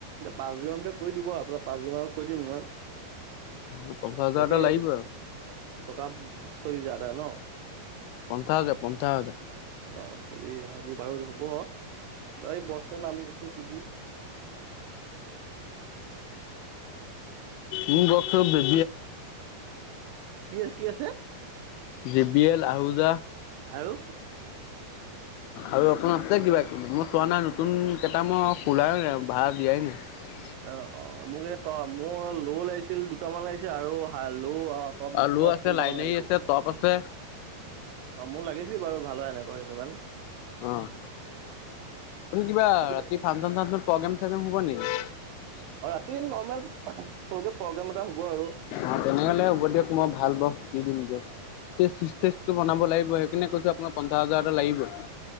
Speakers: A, on the right; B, on the left.
A: এ, পাঁচদিনতে কৰি দিব আৰু আপোনাৰ পাঁচদিন আগত কৈ দিম মই।
B: অ পঞ্চাছ হাজাৰ
A: বাকী
B: এটা লাগিব আৰু
A: টকা চলি যায় আদা ন'।
B: পঞ্চাছ হাজাৰ, পঞ্চাছ হাজাৰ।
A: অ' চলি হাজাৰ দিব পাৰে যদি হ'ব। বাকি বস্তু নানো। চ কিদি?
B: মোৰ বক চব দিম।
A: কি হ'ল, কি আছে?
B: J B L, Ahuja.
A: আৰু?
B: আৰু অকোন আছে কিবা কিবি, মই চোৱা নাই নতুনকেইটা মই খোলায়ু নাই। ভাৰাত দিয়াই নাই।
A: অ', অ' মোক এ, ত' মোৰ লৌ লাগিছিল দুটামান লাগিছিল আৰু হাল। হেল্ল' অ' টপ
B: আৰু
A: টপ
B: ল' আছে
A: তিনিটামান
B: লাইনাৰী
A: লাগিছিল।
B: আছে টপ আছে
A: অ' মোক লাগিছিল বাৰু ভাল হয় এনেকুৱা কেইটামান।
B: অ'। হেইটো কিবা
A: আপুনি
B: ৰাতি ফাংচন চাংচন, প্ৰগ্ৰেম চগ্ৰেম হ'ব নেকি?
A: এ, নৰ্মেল সৰুকে প্ৰগ্ৰাম এটা হ'ব আৰু।
B: অ' তেনেহ'লে হ'ব দিয়ক মই ভাল বক্স দি দিম দিয়ক। ষ্টেজ চিষ্টেজটো বনাব লাগিব সেইকাৰিনে কৈছোঁ আপোনাক পঞ্চাছ হাজাৰ এটা লাগিবই।